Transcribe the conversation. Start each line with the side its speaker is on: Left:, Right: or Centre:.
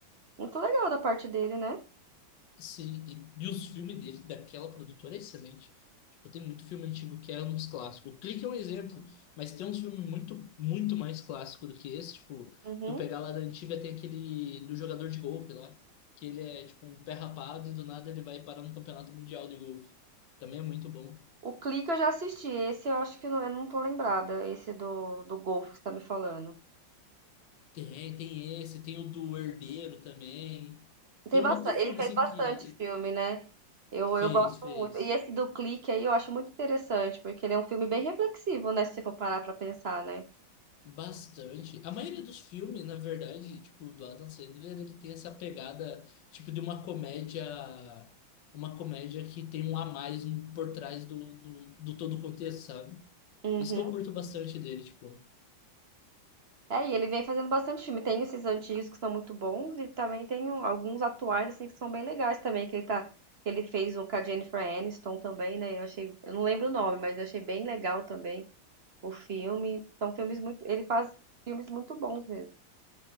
Right: Muito legal da parte dele, né?
Left: Sim, e, e os filmes dele, daquela produtora, é excelente. Tipo, tem muito filme antigo que é uns clássicos. O Clique é um exemplo, mas tem uns filmes muito, muito mais clássicos do que esse. Tipo,
Right: Uhum.
Left: tu pegar lá da antiga, tem aquele do jogador de golfe lá, que ele é tipo um pé rapado e do nada ele vai parar no Campeonato Mundial de Golfe. Também é muito bom.
Right: O Clique eu já assisti. Esse eu acho que eu não, eu não tô lembrada. Esse do, do Golfo que você tá me falando.
Left: Tem, tem esse, tem o do Herdeiro também.
Right: Tem
Left: Tem
Right: bastante,
Left: um monte de
Right: ele
Left: filme
Right: fez
Left: assim
Right: bastante
Left: que
Right: filme, né? Eu,
Left: fez,
Right: eu gosto
Left: fez.
Right: muito. E esse do Clique aí eu acho muito interessante, porque ele é um filme bem reflexivo, né? Se você for parar pra pensar, né?
Left: Bastante. A maioria dos filmes, na verdade, tipo, do Adam Sandler, ele tem essa pegada, tipo, de uma comédia, uma comédia que tem um a mais por trás do, do, do todo o contexto, sabe?
Right: Uhum.
Left: Isso que eu curto bastante dele, tipo,
Right: É, e ele vem fazendo bastante filme. Tem esses antigos que são muito bons e também tem um- alguns atuais assim que são bem legais também, que ele tá que ele fez um com a Jennifer Aniston também, né? Eu achei, eu não lembro o nome, mas eu achei bem legal também. O filme, são filmes muito, ele faz filmes muito bons mesmo.